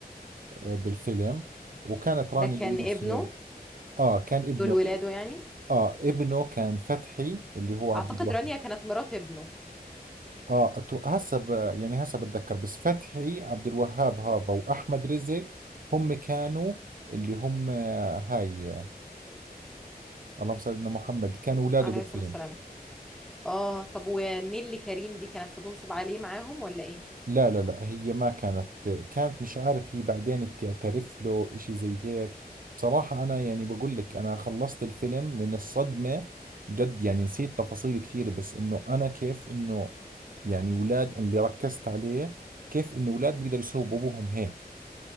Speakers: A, on the right; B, in the centre.
A: آه، بالفيلم وكانت رانيا
B: ده كان
A: يوسف
B: ابنه
A: اه كان ابنه
B: دول ولاده يعني
A: اه ابنه كان فتحي اللي هو عبد
B: اعتقد
A: الوهاب
B: رانيا كانت مرات ابنه
A: اه أتو- هسه ب- يعني هسه بتذكر بس فتحي عبد الوهاب هذا واحمد رزق هم كانوا اللي هم آه، هاي آه، اللهم صل على سيدنا محمد كانوا اولاده
B: عليه
A: بالفيلم
B: الصلاة والسلام اه طب ونيلي كريم دي كانت بتنصب عليه معاهم ولا ايه
A: لا لا لا هي ما كانت كانت مش عارف هي بعدين بتعترف له اشي زي هيك بصراحة انا يعني بقول لك انا خلصت الفيلم من الصدمة جد يعني نسيت تفاصيل كثير بس انه انا كيف انه يعني ولاد اللي ركزت عليه كيف انه ولاد بيقدروا يسووا بابوهم هيك